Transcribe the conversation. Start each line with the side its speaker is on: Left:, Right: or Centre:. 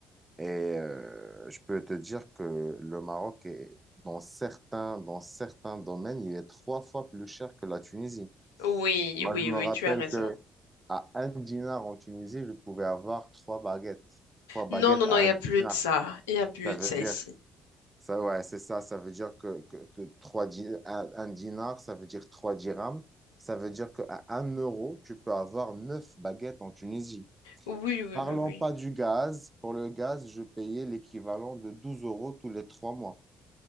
Right: Et euh, je peux te dire que le Maroc est, dans certains, dans certains domaines, il est trois fois plus cher que la Tunisie.
Left: Oui,
Right: Moi,
Left: oui,
Right: je me
Left: oui,
Right: rappelle
Left: tu as raison.
Right: que à un dinar en Tunisie, je pouvais avoir trois baguettes. Trois baguettes
Left: Non, non, non,
Right: à
Left: il n'y
Right: un
Left: a
Right: dinar.
Left: plus de ça. Il n'y a plus
Right: Ça
Left: de
Right: veut
Left: ça
Right: dire,
Left: ici.
Right: ça, ouais, c'est ça. Ça veut dire que, que que trois di- un, un dinar, ça veut dire trois dirhams. Ça veut dire qu'à un euro, tu peux avoir neuf baguettes en Tunisie.
Left: Oui, oui,
Right: Parlons
Left: oui,
Right: pas du gaz. Pour le gaz, je payais l'équivalent de 12 euros tous les trois mois.